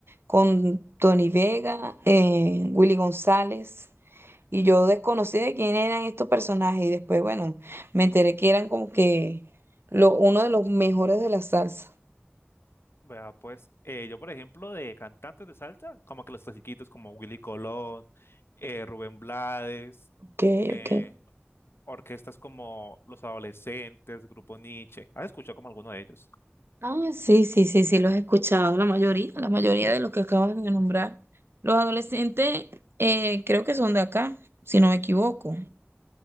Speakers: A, on the right; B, on the left.
A: con Tony Vega, eh, Willy González, y yo desconocí de quién eran estos personajes y después, bueno, me enteré que eran como que lo, uno de los mejores de la salsa.
B: Vea, pues, eh, yo, por ejemplo, de cantantes de salsa, como que los clasiquitos como Willy Colón, eh, Rubén Blades,
A: Ok,
B: eh,
A: ok.
B: orquestas como Los Adolescentes, Grupo Nietzsche. ¿Has escuchado como alguno de ellos?
A: Ah, sí, sí, sí, sí, los he escuchado, la mayoría, la mayoría de los que acabas de nombrar. Los adolescentes eh, creo que son de acá, si no me equivoco.